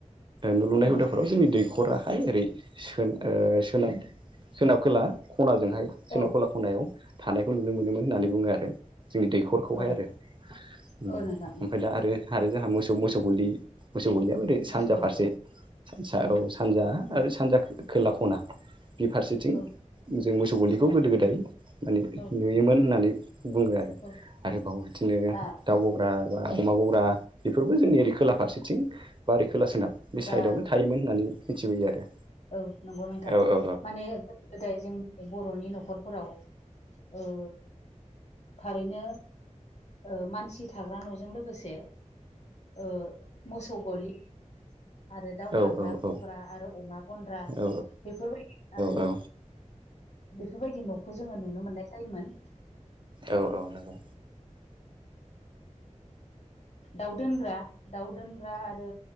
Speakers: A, on the right; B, on the left.
A: नुलुनाय
B: औ
A: हुदाफोराव
B: नोंथां
A: जोंनि दैख'रा हाय ओरै सोन सोनाब सोनाब खोला ख'नाजोंहाय सोनाब
B: औ
A: खोला ख'नायाव थानायखौ नुनो मोनोमोन होननानै बुङो आरो जोंनि दैखरखौहाय
B: औ नोंथां
A: आरो ओम
B: औ नोंथां
A: ओमफ्राय दा आरो आरो जोंहा मोसौ मोसौ गलि मोसौ ग'लिया ओरै
B: मोसौ
A: सानजा
B: गलि
A: फारसे
B: औ
A: औ सानजा आरो सानजा खोला ख'ना बे फारसेथिं
B: औ
A: जों मोसौ गलिखौ
B: औ
A: गोदो गोदाय माने
B: औ
A: नुयोमोन होननानै बुङो आरो
B: औ
A: आरोबाव बिदिनो
B: दा
A: दाउ ग'ग्रा बा अमा ग'ग्रा बेफोरबो जोंनि ओरै खोला फारसेथिं बा ओरै खोला सोनाब बे
B: दा
A: साइडयावनो थायोमोन होननानै मिथिबोयो आरो
B: औ नंगौ नोंथां
A: औ औ
B: माने गोदो गोदाय जोंनि बर'नि न'खर फोराव ओ थारैनो ओ मानसि थाग्रा न'जों लोगोसे ओ मोसौ गलि आरो दाउ
A: औ
B: थाग्रा
A: औ
B: ग'ग्रा
A: औ
B: आरो अमा गनद्रा
A: औ
B: बेफोरबायदि आरो
A: औ
B: बेफोरबायदि न'खौ जोङो नुनो मोननाय जायोमोन
A: औ औ नंगौ
B: दाउ दोनग्रा दाउ दोनग्रा आरो